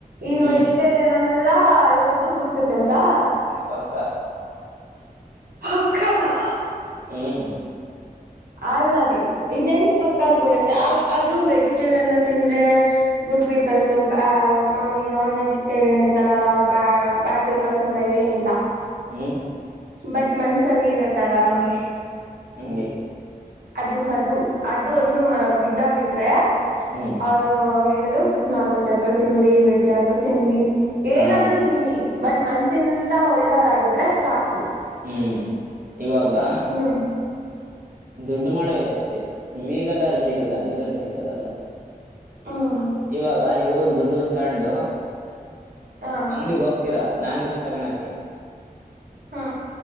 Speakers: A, on the right; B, on the right.
A: ಈ
B: ಹ್ಮ್
A: ವೆಜಿಟೇರಿಯನ್ ಎಲ್ಲಾ. ಎನ್ನದು ಗುಡ್ ಪೀಪಲ್ಸ್ ಹಾ.
B: ಪಕ್ಕಾ.
A: ಪಕ್ಕನಾ.
B: ಹ್ಮ್
A: ಅಲ್ಲ ರೀ ಇ ಹೆಂಗ ತಕ್ಕ ಆಗ್ಬಿಡತ್ತೆ ಅದು ವೆಜಿಟೇರಿಯನ್ ತಿಂದ್ರೆ ಗುಡ್ ಪೀಪಲ್ಸ್ ಮ ಮಾಮೂಲಿ ನಾನ್ ವೆಜಿಟೇರಿಯನ್ ಇರ್ತಾರಲ್ಲ ಅವರು ಬ ಬ್ಯಾಡ್ ಪೀಪಲ್ಸ್ ಅಂತ ಏನ್ ಇಲ್ಲ
B: ಹ್ಮ್
A: ಬಟ್ ಮನ್ಸಲ್ಲಿ ಇರತ್ತಲ್ಲ ನೋಡಿ.
B: ಹಂಗೆ
A: ಅದು ಅದು ಅದು ಒಂದು ಮ ಗುಡ್ಡಾಗಿದ್ರೆ.
B: ಹ್ಮ್
A: ಅವರು ಏನದು ನಾನ್ ವೆಜ್ ಆದ್ರೂ ತಿನ್ಲಿ ವೆಜ್ ಆದ್ರೂ ತಿನ್ಲಿ ಏನಾದ್ರು
B: ಹಾ
A: ತಿನ್ಲಿ. ಬಟ್ ಮನ್ಸಿಂದ ಒಳ್ಳೆಯವರಾಗಿದ್ರೆ ಸಾಕು.
B: ಹ್ಮ್ ಇವಾಗ.
A: ಹ್ಮ್
B: ದುಡ್ಡು ಮಾಡ್ಬೇಕುಷ್ಟೆ ಲೀಗಲ್ ಆ ಇಲ್ಲಿಗಲ್ ಅದ್ರಲ್ಲಿ ಮ್ಯಾಟರಿಯಲ್ ಅಲ್ಲ.
A: ಹ್ಮ್
B: ಇವಾಗ ನೀವು ದುಡ್ಡು ತಗೊಂಡು.
A: ಹ
B: ಅಂಗ್ಡಿಗೆ ಹೋಗ್ತೀರಾ ನಾನ್ವೆೆಜ್ ತಗನಕೆ.
A: ಹಾ